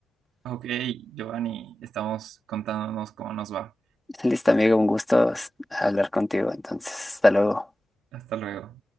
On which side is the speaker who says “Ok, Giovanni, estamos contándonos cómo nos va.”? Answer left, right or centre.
Right